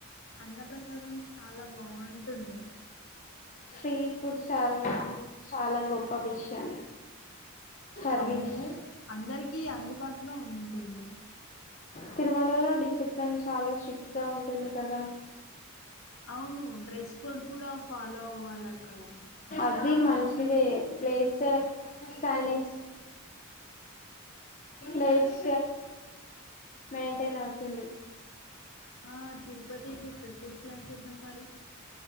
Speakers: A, on the left (about 65°); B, on the left (about 35°).
A: అన్న ప్రసాదం చాలా బాగుంటుంది
B: ఫ్రీ ఫుడ్ చాల చాలా గొప్ప విషయం సర్వీస్
A: అవును అందరికి కి అందుబాటులో ఉంటుంది
B: తిరుమలలో డిసిప్లిన్ చాలా స్ట్రిక్ట్ గా ఉంటుంది కదా
A: అవును డ్రెస్ కోడ్ కూడా ఫాలో అవ్వాలి అక్కడ
B: ఇది మంచిదే ప్లేస్ సైనిస్ లైఫ్ మెయింటైన్ అవుతది
A: ఆ తిరుపతి ట్రిప్ ఇప్పుడు ప్లాన్ చేద్దాం మరి